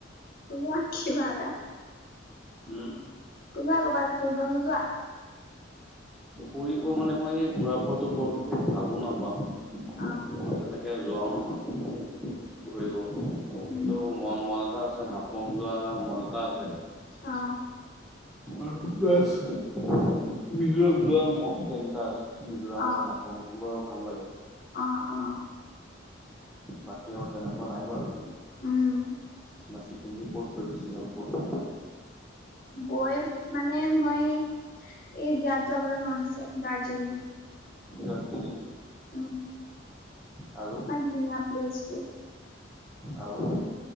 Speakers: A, on the left; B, in the centre.
A: উলিওৱা কিবা এটা।
B: উম
A: কোনোবা কৰ'বাত ফুৰিব নোযোৱা?
B: ফুৰিব মানে মই এই ঘূৰা ফুৰাটো বৰ বিশেষ ভালো নাপাওঁ।
A: আহ।
B: মই তেনেকে যোৱাও নহয় ঘূৰিব, সেইটো
A: উম
B: মন মনত আছে হাফলং যোৱা মন এটা আছে।
A: অ'।
B: আৰু প্লাছ বিহুৰক যোৱা ম <unintelligible> নটা আছে। মিজোৰামৰ,
A: অ
B: হাফলং বৰ ভাল লাগে।
A: অ', অ'।
B: বাকী আৰু তেনেকুৱা নাই বাৰু।
A: উম <inaudible>
B: বাকী তুমি ক'ত গৈ বেছি ভাল পোৱা?
A: গৈ মানে, মই এই ইয়াত যাবলৈ মন আছে দাৰ্জিলিং।
B: দাৰ্জিলিং।
A: উম।
B: আৰু
A: ইমান ধুনীয়া প্লেছটো।
B: আৰু?